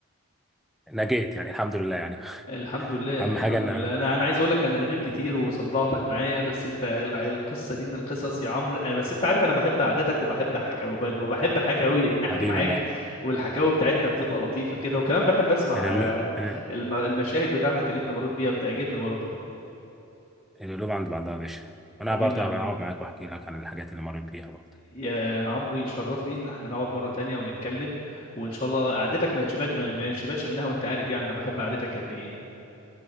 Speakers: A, in the centre; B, on the left.
A: نجيت يعني الحمد لله يعني
B: الحمد لله
A: <laughs> أهم
B: الحمد
A: حاجة إن
B: لله انا انا عايز اقول لك انا رغيت كتير وصدعتك معايا بس انت ال- القصه دي من القصص يا عمرو آه، بس انت عارف انا بحب قعدتك وبحب حكاوي وبحب حكاوي ان احكي
A: حبيبي
B: معاك
A: يا مان
B: والحكاوي بتاعتنا بتبقى لطيفه كده وكمان بحب اسمع
A: القلو-
B: آه، الم- المشاهد بتاعتك اللي انت مريت بيها بتعجبني برضه
A: القلوب عند بعضها يا باشا وأنا
B: حبيبي
A: برضه
B: يا عمو
A: هبقى أقعد معاك وأحكي لك عن الحاجات اللي مريت بيها برضه
B: يا عمرو يشرفني ان احنا نقعد مره تانية ونتكلم وان شاء الله قعدتك ما يتشبعت ما يتشبعش منها وانت عارف يعني انا بحب قعدتك قد ايه